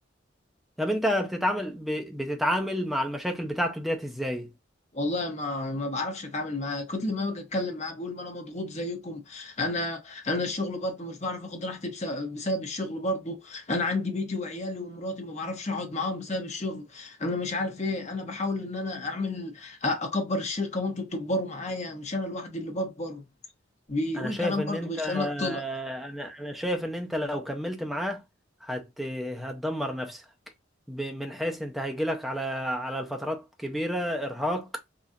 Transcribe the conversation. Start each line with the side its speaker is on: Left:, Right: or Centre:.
Centre: طب انت بتتعامل ب... بتتعامل مع المشاكل بتاعته ديت ازاي
Left: والله ما ما بعرفش اتعامل معاه كل ما باجي اتكلم معاه بيقول ما انا مضغوط زيكم انا انا الشغل برضه مش بعرف اخد راحتي بسبب, بسبب الشغل برضه انا عندي بيتي وعيالي ومراتي ما بعرفش اقعد معاهم بسبب الشغل انا مش عارف ايه انا بحاول ان انا اعمل أ- اكبر الشركة وانتوا بتكبروا معايا مش انا لوحدي اللي بكبر بيقول
Centre: انا شايف
Left: كلام
Centre: ان
Left: برضه
Centre: انت
Left: بيخليني
Centre: انا
Left: اقتنع
Centre: انا شايف ان انت لو كملت معاه هت... هتدمر نفسك ب... من حيث انت هيجيلك على على الفترات كبيرة ارهاق